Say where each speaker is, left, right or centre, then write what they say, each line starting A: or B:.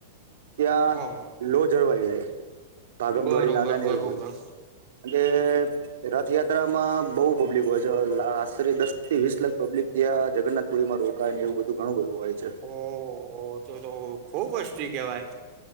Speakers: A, on the right; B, on the right.
A: ત્યાં
B: ઓ
A: લો જળવાઈ જાય. ભાગમ
B: બરોબર
A: દ્વોડી ના થાય ને
B: બરોબર
A: એવું બધું અન કે રથયાત્રામાં બહુ પબ્લિક હોય છે, આશરે દસ થી વીસ લાખ પબ્લિક ત્યાં જગન્નાથ પુરીમાં રોક એવું બધું ઘણું બધું હોય છે.
B: ઓહહ તો તો ખુબ વસ્તી કેહેવાય.